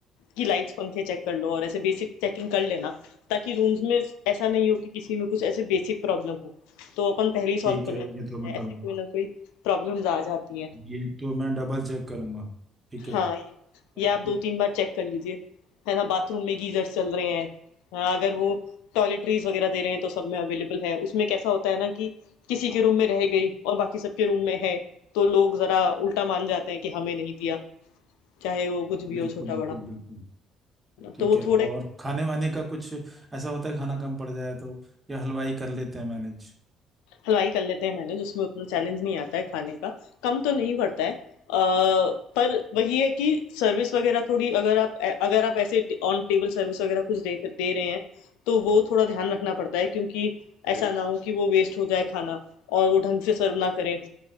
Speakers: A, on the left (about 75°); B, on the right (about 20°).
A: कि लाइट्स पंखे चेक कर लो और ऐसे बेसिक चेकिंग कर लेना ताकि रूम्स में ऐसा नहीं हो कि किसी में कुछ ऐसे बेसिक प्रॉब्लम हो तो अपन पहले ही
B: ठीक
A: सॉल्व कर
B: है
A: लें तो
B: ये
A: अच्छा
B: तो मैं
A: है ऐसे
B: करूँगा
A: कोई ना कोई प्रॉब्लम्स आ जाती हैं
B: ये तो मैं डबल चेक करूँगा ठीक है
A: हाँ ये
B: ठीक,
A: ये आप दो तीन बार चेक कर लीजिए है ना बाथरूम में गीजर्स चल रहे हैं हाँ, अगर वो टॉयलेटरीज वगैरह दे रहे हैं तो सब में अवेलेबल है उसमें कैसा होता है ना कि किसी के रूम में रह गई और बाकी सबके रूम में है तो लोग जरा उल्टा मान जाते हैं कि हमें नहीं दिया चाहे वो कुछ भी
B: बिल्कुल
A: हो छोटा
B: बिल्कुल
A: बड़ा
B: बिल्कुल ठीक
A: तो वो
B: है
A: थोड़े
B: और खाने वाने का कुछ ऐसा होता है खाना कम पड़ जाए तो या हलवाई कर लेते हैं मैनेज
A: हलवाई कर लेते हैं मैनेज उसमें उतना चैलेंज नहीं आता है खाने का कम तो नहीं पड़ता है अ, पर वही है कि सर्विस वगैरह थोड़ी अगर आप अगर आप ऐसे ऑन टेबल सर्विस वगैरह कुछ दे दे रहे हैं तो वो थोड़ा ध्यान रखना पड़ता है क्योंकि ऐसा राइट ना हो कि वो वेस्ट हो जाए खाना और वो ढंग से सर्व ना करें